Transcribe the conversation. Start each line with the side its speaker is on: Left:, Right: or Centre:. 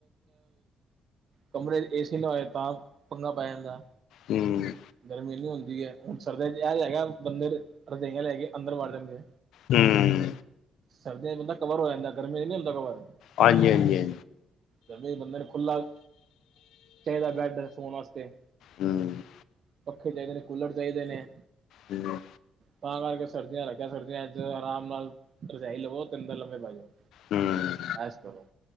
Right: ਕਮਰੇ ਏਸੇ ਲਵਾਏ ਤਾਂ ਪੰਗਾ ਪਾਇ ਜਾਂਦਾ
Left: ਹਮ
Right: ਗਰਮੀ ਨੀ ਹੁੰਦੀ ਹੈ, ਹੁਣ ਸਰਦੀਆਂ ਚ ਇਹ ਹੈਗਾ ਬੰਦੇ ਰਜਈਆਂ ਲੈ ਕੇ ਅੰਦਰ ਵੜ ਜਾਣਗੇ
Left: ਹਮ
Right: ਸਰਦੀਆਂ ਚ ਬੰਦਾ ਕਵਰ ਹੋ ਜਾਂਦਾ ਗਰਮੀ ਨੀ ਹੁੰਦਾ ਕਵਰ
Left: ਹਾਂਜੀ -ਹਾਂਜੀ
Right: ਜਵੇ ਬੰਦੇ ਨੂੰ ਖੁੱਲਾ ਚਾਹੀਦਾ ਬੈਡ ਸੋਨ ਵਾਸਤੇ
Left: ਹੂੰ
Right: ਪੱਖੇ ਚਾਹੀਦੇ ਨੇ, ਕੁਲੜ ਚਈਦੇ ਨੇ
Left: ਹਮ
Right: ਤਾਂ ਕਰਕੇ ਸਰਦੀਆਂ ਲੱਗਿਆ ਸਰਦੀਆਂ ਅੱਜ ਆਰਾਮ ਨਾਲ ਰਜਾਈ ਲਵੋ ਅੰਦਰ ਲੰਬੇ ਪੈ ਜੋ
Left: ਹੂੰ
Right: ਐਸ ਕਰੋ